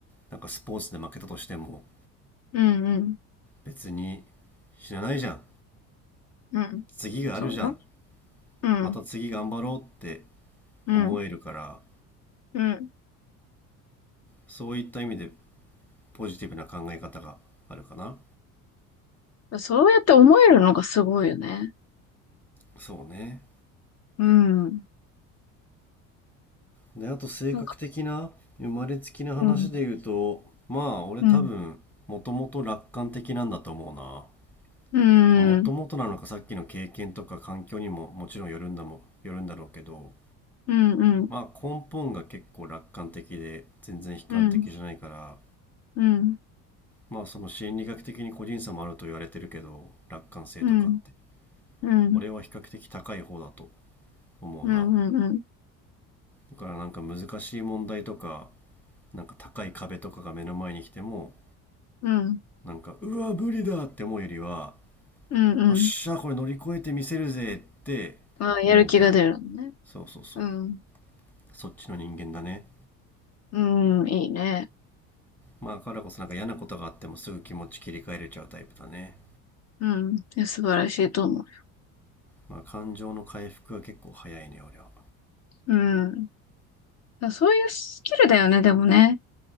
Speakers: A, in the centre; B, on the left (about 35°).
A: なんかスポーツで負けたとしても、
B: うん
A: 別に死なないじゃん。
B: うん、
A: 次があるじゃん。
B: そうね、うん
A: また次頑張ろうって
B: うん
A: 思えるから、
B: うん、
A: そういった意味でポジティブな考え方があるかな。
B: あそうやって思えるのがすごいよね、
A: そうね。
B: うん
A: で、あと性格的な、
B: なんか
A: 生まれつきな話で言うと、
B: うん
A: まあ俺多分、
B: うん
A: もともと楽観的なんだと思うな。
B: うん
A: もともとなのかさっきの経験とか環境にももちろんよるんだも、よるんだろうけど、
B: うんうん
A: まあ根本が結構楽観的で全然悲観的じゃないから、
B: うんうんうん
A: まあその心理学的に個人差もあると言われてるけど、楽観性とかって。
B: うんうん
A: 俺は比較的高い方だと思うな。
B: うんうん
A: だからなんか難しい問題とか、なんか高い壁とかが目の前に来ても、
B: うん。
A: なんか、うわ、無理だって思うよりは、
B: うんうん。
A: よっしゃ、これ乗り越えてみせるぜって思うタイプ。
B: ああ、やる気が出るのね。
A: そうそうそう。
B: うん。
A: そっちの人間だね。
B: うん、いいね。
A: まあ、だからこそなんか嫌なことがあってもすぐ気持ち切り替えれちゃうタイプだね。
B: うん。いや素晴らしいと思う。
A: まあ、感情の回復は結構早いね、俺は。
B: うん。だそういうスキルだよね、でもね。